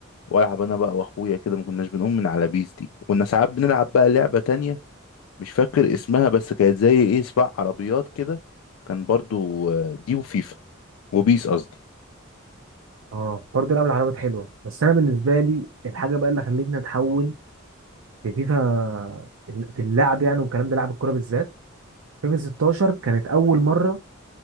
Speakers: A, on the left; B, on the right.
A: والعب انا بقى واخويا كده ما كناش بنقوم من على بيس دي وكنا ساعات بنلعب بقى لعبه تانية مش فاكر اسمها بس كانت زي ايه سباق عربيات كده كان برضو آه، دي وفيفا وبيس قصدي
B: اه برضه لعب العربيات حلوه بس انا بالنسبه لي الحاجه بقى اللي خلتني اتحول في فيفا في اللعب يعني والكلام ده لعب الكوره بالذات فيفا 16 كانت اول مره